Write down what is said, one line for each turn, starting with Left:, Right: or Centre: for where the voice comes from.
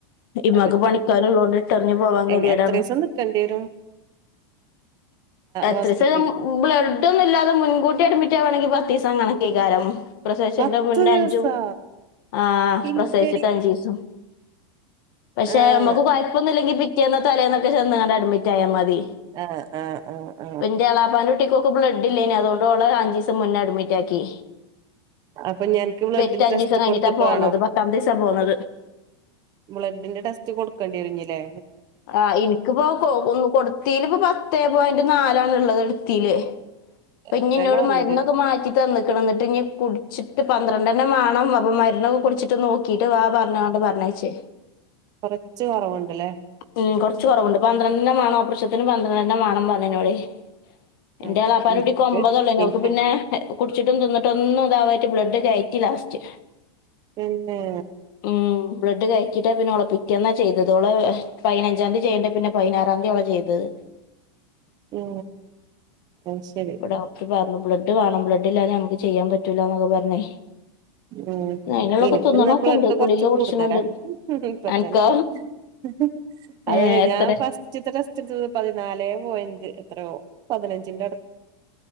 Left: ഇമ്മക്ക്
Right: എഅഅ്പറ്റും
Left: പണിക്കാരുള്ളോണ്ട് ഇട്ടെറിഞ്ഞ് പോവാൻ ഗതികേടാണ്
Right: എങ് എത്രീസം നിക്കേണ്ട്യേരും
Left: എത്രീസം
Right: ഹോസ്പിറ്റലിൽ
Left: ഞം ബ്ലഡ്ഡൊന്നുല്ലാതെ മുൻകൂട്ടി അഡ്മിറ്റാവാണെങ്കിൽ പത്തിസം കണക്കേകാരം പ്രസവിച്ചന്റെ
Right: പത്ത്
Left: മുന്നേ
Right: ദിവസാ
Left: അഞ്ചും, ആ
Right: ഇല്ലടി
Left: പ്രസിച്ചിട്ട് അഞ്ചീസും പക്ഷെ..
Right: ആഹ്
Left: അമ്മക്ക് കൊയപ്പൊന്നും ല്ലെങ്കി പിറ്റേന്നോ തലേന്നൊക്കെ ചെന്ന് കാണ്ട് അഡ്മിറ്റായ മതി
Right: ആഹ് ആഹ് ഊ അ
Left: പ്പൻ്റെ എളാപ്പാൻ്റെ കുട്ടിക്കൊക്കെ ബ്ലഡ് ഇല്ലേനി അതോണ്ട് ഓളെ അഞ്ചീസം മുന്നെ അഡ്മിറ്റാക്കി
Right: അപ്പൊ ഞൻക്ക് ബ്ലഡിന്റെ
Left: പെറ്റ
Right: ടെസ്റ്റ്
Left: ഞ്ചീസം കഴിഞ്ഞിട്ടാ
Right: കൊടുത്തിട്ട്
Left: പോന്നത്.
Right: വേണോ
Left: പത്താമത്തെസാ പോന്നത്
Right: ബ്ലഡിന്റെ ടെസ്റ്റ് കൊടുക്കണ്ടി വരു ഞ്ഞില്ലേ..
Left: ആ എനിക്കിപ്പോ ആ കൊ <inaudible> കൊടു ത്തിൽ ഇപ്പ പത്ത്പോയിന്റ് നാലാണ്ള്ളത് എടുത്തി ല് ഇപ്പൊ
Right: എത്രയാ
Left: ഇഞ്ഞിന്നോട്
Right: നോർമല്
Left: മരുന്നൊക്കെ മാറ്റി തന്നക്കണ് ഇ ന്നട്ട് ഇഞ്ഞി കുടിച്ചിട്ട് പന്ത്രണ്ടെണ്ണം മാണം അപ്പൊ മരുന്നൊക്കെ കുടിച്ചിട്ട് നോക്കി ക്കീട്ട് വാ പറഞ്ഞാണ്ട് പറഞ്ഞയചേ
Right: കുറച്ച് കുറവുണ്ട്ലെ
Left: ഉം കുറച്ച് കുറവുണ്ട്. പന്ത്രെണ്ണം വേണം ഓപ്രശത്തിന് പന്ത്രണ്ടെണ്ണം വേണം പറഞ്ഞു ന്നോടായ് എന്റെളാപ്പാന്റെ
Right: ആഹ് ഇനിക്ക്
Left: കുട്ടിക്ക്‌ കൊമ്പതൊള്ളൂയ്നു
Right: എനിക്ക്
Left: ഓക്ക്‌ പിന്നെ എകുടിച്ചിട്ടും തിന്നിട്ടും ഒന്നു താാവായിട്ട് ബ്ലഡ് കയറ്റി ലാസ്റ്റ്
Right: പിന്നേ....
Left: ഊമ്.. ബ്ലഡ് കയറ്റിട്ടപിന്നെ ഓളേ പിറ്റേന്നാ ചെയ്തത് ഓളെ പയിനഞ്ചാംന്തി ചെയ്യേണ്ട പിന്നെ പയിനാറാന്തി ഓളെ ചെയതത്
Right: ഏ...... അത് ശരി
Left: ഇപ്പൊ ഡോക്ടർ പറഞ്ഞു ബ്ലഡ് വേണം ബ്ലഡ് ഇല്ലാഞമ്മക്ക് ചെയ്യാൻ പറ്റൂല എന്നൊക്കെ പറഞ്ഞേ
Right: ഉം..
Left: അതിനുള്ളൊക്കെ
Right: എനിക്ക്
Left: തിന്നണൊക്കെ
Right: ന്നാ ബ്ലഡ്
Left: ഉണ്ട് ഗുളിക
Right: കൊറച്ച്
Left: കുടിച്ചണണ്ട്
Right: കൂടുതലാ ഹ് ഇപ്പത്തന്നെഹ്
Left: അനക്കോ
Right: ഹ് <inaudible> അലതല്ല
Left: ഏഹ് എത്ര
Right: ഞാൻ ഫസ്റ്റ് <inaudible> പതിനാലേ പോയിന്റ് എത്രയോ പതിനഞ്ചിന്റെ അടു